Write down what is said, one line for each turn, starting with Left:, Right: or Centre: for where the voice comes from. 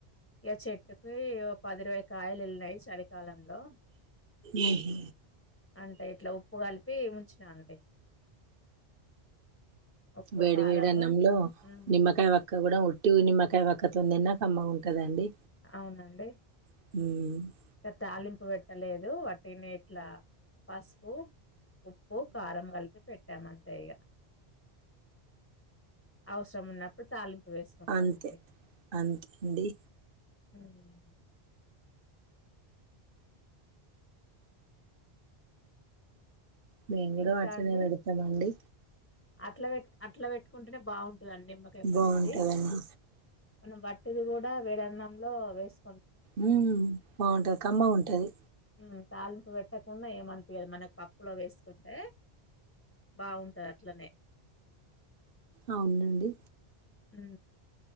Left: ఇగా చెట్టుకి ఓ పదిరవై కాయలు వెళ్లినాయి చలికాలం, హలో
Right: ఉహు
Left: అంటే ఇట్లా ఉప్పు కలిపి ఉంచు, అండి ఉప్పు
Right: వేడి
Left: కారము
Right: వేడి అన్నంలో
Left: ఉమ్
Right: నిమ్మకాయ వక్క కూడా ఉట్, టు నిమకాయ వక్క తోని తిన్న కమ్మగా ఉంటుదండి
Left: అవునండి
Right: ఉహు
Left: తాలింపు పెట్టలేదు వాటిగానే ఇట్లా పసుపు ఉప్పు కారం కలిపి పెట్టాము అంతే, అంతే ఇగ అవసరం ఉన్నప్పుడు తాలింపు వేసుకుంటామండి
Right: అంతే అంతే అండి,
Left: ఉహు
Right: మేము కూడ
Left: ఇంకా
Right: అట్లనే
Left: అండి
Right: పెడుతము అండి,
Left: అట్లా పెట్ అట్లా పెట్టుకుంటేనే బాగు నిమ్మకాయ పచ్చడి
Right: బాగుంటదండి
Left: మనం వట్దిది కూడా, వేడి అన్నంలో వేసు,
Right: ఉ బాగుంటది కమ్మగా ఉంటది,
Left: ఉమ్ తాలింపు పెట్టకున్న ఏమనిపియదు మనకు పప్పులో వేసు, అంటే బాగుంటది అట్లనే,
Right: అవునండి
Left: ఉ